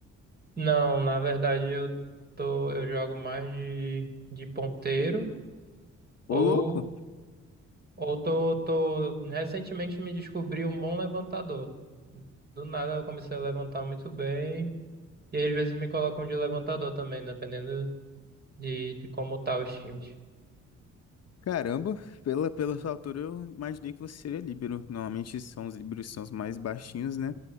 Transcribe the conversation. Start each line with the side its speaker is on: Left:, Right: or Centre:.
Right: Não, na verdade eu tô, eu jogo mais de, de ponteiro. Ou
Left: Ô, louco!
Right: Ou tô, tô recentemente me descobri um bom levantador. Do nada eu comecei a levantar muito bem. E aí, às vezes me colocam de levantador também, dependendo de, de como tá os times.
Left: Caramba, pela, pela sua altura eu imaginei que você seria líbero. Normalmente são os líberos que são os mais baixinhos, né?